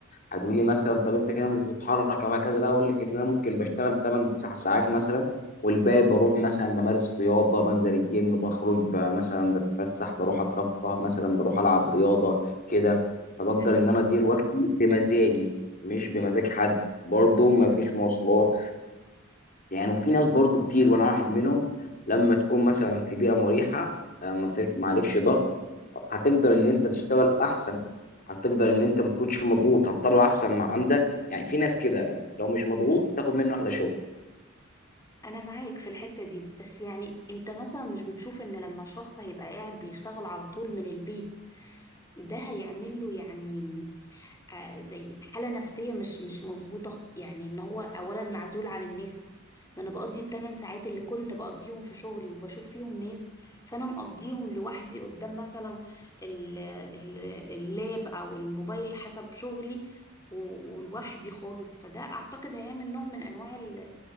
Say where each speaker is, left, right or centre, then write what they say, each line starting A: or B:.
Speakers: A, on the left (about 45°); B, on the left (about 15°).
A: هتقولي مثلا طب انت كده مش بتتحرك او هكذا لا اقول لك ان انا ممكن بشتغل 8 9 ساعات مثلا والباقي بروح مثلا بمارس رياضه بنزل الجيم بخرج ب- مثلا بتفسح بروح اترفه مثلا بروح العب رياضه كده فبقدر
B: تمام
A: ان انا ادير وقتي بمزاجي مش بمزاج حد برضه ما فيش مواصلات يعني وفي ناس برضو كتير وانا واحد منهم لما تكون مثلا في بيئه مريحه آه، ما فيك ما عليكش ضغط هتقدر ان انت تشتغل احسن هتقدر ان انت ما تكونش مضغوط هتطلع احسن ما عندك يعني في ناس كده لو مش مضغوط تاخد منه احلى شغل
B: انا معاك في الحتة دي بس يعني انت مثلا مش بتشوف ان لما الشخص هيبقى قاعد بيشتغل على طول من البيت ده هيعمل له يعني آه، زي حالة نفسية مش مش مظبوطة يعني ان هو اولا معزول عن الناس ما انا بقضي الثمان ساعات اللي كنت بقضيهم في شغلي وبشوف فيهم ناس فانا مقضيهم لوحدي قدام مثلا ال- ال- اللاب او الموبايل حسب شغلي و- ولوحدي خالص فده اعتقد هيعمل نوع من انواع ال